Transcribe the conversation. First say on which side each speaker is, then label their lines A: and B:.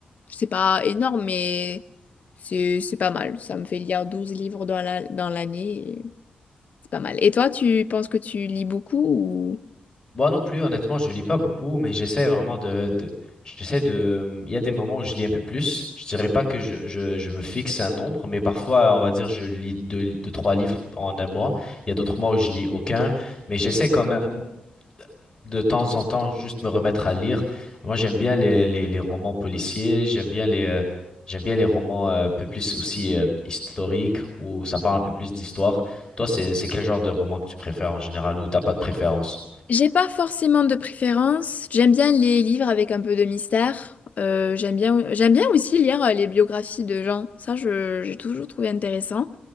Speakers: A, on the left; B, on the left.
A: c'est pas énorme, mais c'est, c'est pas mal. Ça me fait lire 12 livres dans la, dans l'année. C'est pas mal. Et toi, tu penses que tu lis beaucoup ou...
B: Moi non plus, honnêtement, je lis pas beaucoup, mais j'essaie vraiment de, de- j'essaie de, il y a des moments où je lis un peu plus. Je dirais pas que je, je, je me fixe un nombre, mais parfois, on va dire, je lis deux, deux, trois livres en un mois. Il y a d'autres mois où je lis aucun, mais j'essaie quand même de temps en temps juste me remettre à lire. Moi, j'aime bien les, les, les romans policiers, j'aime bien les euh, j'aime bien les romans euh, un peu plus aussi euh, historiques où ça parle un peu plus d'histoire. Toi, c'est c'est quel genre de roman que tu préfères en général ou t'as pas de préférence?
A: J'ai pas forcément de préférence. J'aime bien les livres avec un peu de mystère. Euh, j'aime bien, j'aime bien aussi lire euh, les biographies de gens. Ça, je, j'ai toujours trouvé intéressant.